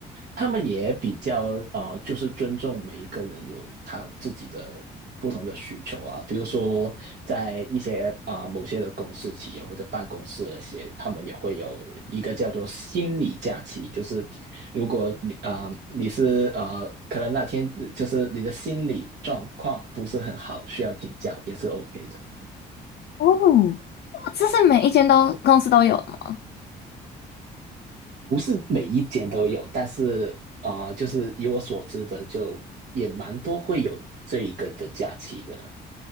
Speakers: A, on the right; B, on the left.
A: 他们也比较呃，就是尊重每一个人有他自己的不同的需求啊。比如说，在一些啊、呃某些的公司企业或者办公室那些，他们也会有一个叫做心理假期，就是如果你啊、呃你是呃可能那天就是你的心理状况不是很好，需要请假也是 OK 的。
B: 哦这是每一间都公司都有吗？
A: 不是每一间都有，但是啊、呃就是以我所知的，就也蛮多会有这一个的假期的。